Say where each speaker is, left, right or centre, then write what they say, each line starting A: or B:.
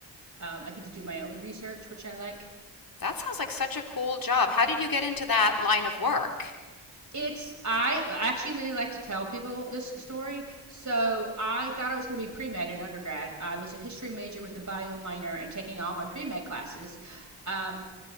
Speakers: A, on the right; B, on the left.
A: um, I get to do my own research, which I like.
B: That sounds like such a cool job. How did you get into that line of work?
A: It's I actually really like to tell people this story. So I thought I was going to be pre med in undergrad. I was a history major with a bio minor and taking all my pre med classes. Um,